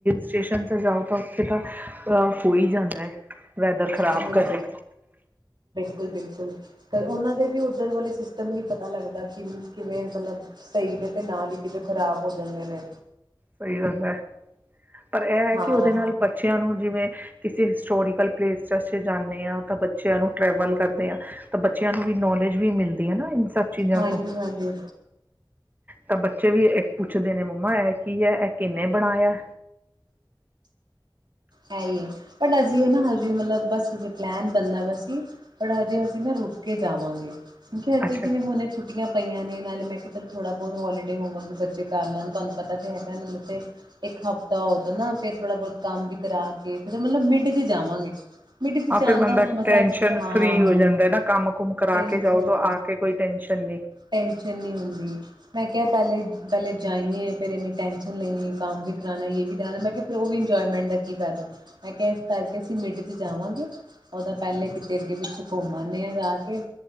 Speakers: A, on the right (about 20°); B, on the right (about 65°).
A: ਸਟੇਸ਼ਨ ਤੇ ਜਾਓ ਤਾਂ ਉੱਥੇ ਤਾਂ ਅਹ ਹੋ ਹੀ ਜਾਂਦਾ ਹੈ ਵੈਦਰ ਖਰਾਬ
B: ਹਾਂਜੀ
A: ਕਰਦੇ
B: ਬਿਲਕੁਲ ਬਿਲਕੁਲ ਅਤੇ ਉਹਨਾਂ ਦੇ ਵੀ ਉੱਧਰ ਵਾਲੇ ਸਿਸਟਮ ਨਹੀਂ ਪਤਾ ਲੱਗਦਾ ਕਿ ਕਿਵੇਂ ਮਤਲਬ ਸਹੀ ਨੇ ਤੇ ਨਾਲ ਹੀ ਕਿਤੇ ਖ਼ਰਾਬ ਹੋ ਜਾਂਦੇ ਨੇ
A: ਸਹੀ ਗੱਲ ਹੈ ਪਰ ਇਹ ਹੈ
B: ਹਾਂ
A: ਕਿ ਉਹਦੇ ਨਾਲ ਬੱਚਿਆਂ ਨੂੰ ਜਿਵੇਂ ਕਿਸ ਹਿਸਟੋਰਕਲ ਪਲੇਸ ਚ ਜਾਂਦੇ ਹਾਂ ਤਾਂ ਬੱਚਿਆਂ ਨੂੰ ਟਰੈਵਲ ਕਰਦੇ ਹਾਂ ਤਾਂ ਬੱਚਿਆਂ ਨੂੰ ਵੀ ਨੌਲੇਜ ਵੀ ਮਿਲਦੀ ਹੈ ਨਾ ਸਭ ਚੀਜ਼ਾਂ
B: ਹਾਂਜੀ
A: ਤੋਂ
B: ਹਾਂਜੀ
A: ਤਾਂ ਬੱਚੇ ਵੀ ਇੱਕ ਪੁੱਛਦੇ ਨੇ ਮੰਮਾ ਇਹ ਕੀ ਹੈ ਇਹ ਕਿੰਨੇ ਬਣਾਇਆ
B: ਹੈ ਹੀ ਹੈ ਬ ਅਸੀਂ ਇਹ ਨਾ ਹਜ ਮਤਲਬ ਬੱਸ ਪਲੈਨ ਬਣਦਾ ਬਸ ਠੀ ਪਰ ਹਜੇ ਅਸੀਂ ਨਾ ਰੁਕ ਕੇ ਜਾਵਾਂਗੇ ਕਿਉਂਕਿ ਹਜੇ
A: ਅੱਛਾ
B: ਜਿਵੇਂ ਹੁਣ ਛੁੱਟੀਆਂ ਪਈਆਂ ਨੇ ਨਾਲੇ ਮੈਂ ਕਿਹਾ ਥੋੜਾ ਬਹੁਤ ਹੋਲੀਡੇ ਹੋਵੋਗੇ ਬੱਚੇ ਕਰ ਲੈਣ ਤੁਹਾਨੂੰ ਪਤਾ ਤੇ ਹੈਗਾ ਇਹਨੂੰ ਬੇਟੇ ਇੱਕ ਹੱਥ <unintelligible> ਨਾ ਫ਼ਿਰ ਥੋੜਾ ਬਹੁਤ ਕੰਮ ਵੀ ਕਰਾ ਕੇ ਫਿਰ ਮਤਲਬ ਮਿੱਡ ਤੇ ਜਾਵਾਂਗੇ ਮਟੀਥੇ
A: ਹਾਂ
B: ਜਾਣ
A: ਫਿਰ ਬੰਦਾ
B: ਦਾ ਮਜ਼ਾ
A: ਟੈਸ਼ਨ
B: ਹਾਂ
A: ਫ੍ਰਰੀ ਹੋ ਜਾਂਦਾ ਨਾ ਕੰਮ ਕੁਮ ਕਰਾ
B: ਬਿਲਕੁਲ
A: ਕੇ ਜਾਓ ਤਾਂ ਆ ਕੇ ਕੋਈ ਟੈਸ਼ਨ ਨਹੀਂ
B: ਟੈਂਨਸ਼ਨ ਨਹੀਂ ਹੁੰਦੀ ਮੈਂ ਕਿਹਾ ਪਹਿਲੇ ਪਹਿਲੇ ਜਾਈਏ ਫੇਿਰ ਇੰਨੀ ਟੈਂਸ਼ਨ ਨਹੀਂ ਕੰਮ ਵੀ ਕਰਾਣਾ ਮੈਂ ਕਿਹਾ ਫ ਉਹ ਵੀ ਇੰਜੋਏਮੈਂਟ ਦਾ ਕੀ ਫਾਇਦਾ ਮੈਂ ਕਿਹਾ ਇਸ ਤਕੇ ਅਸੀਂ ਮਿੰਟ ਜਾਵਾਂਗੇ ਉਹਦਾ ਪਹਿਲੇ ਕਿਤੇ ਅੱਗੇ ਪਿੱਛੇ ਘੁੰਮਦੇ ਆ ਜਾ ਕੇ